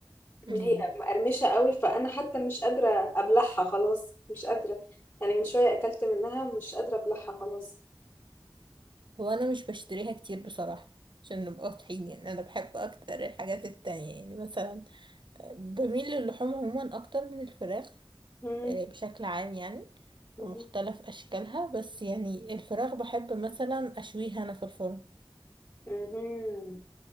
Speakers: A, on the right; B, on the left.
A: امم
B: هي مقرمشه قوي فانا حتى مش قادره ابلعها خلاص مش قادره يعني من شويه اكلت منها مش قادره ابلعها خلاص
A: هو أنا مش بشتريها كتير بصراحة عشان نبقى واضحين يعني أنا بحب أكتر الحاجات التانية يعني مثلا آه، بميل للحوم عموما اكتر من الفراخ
B: مم.
A: آه، بشكل عام يعني
B: مهم.
A: ومختلف أشكالها بس يعني الفراخ بحب مثلا أشويها أنا في الفرن
B: مهم.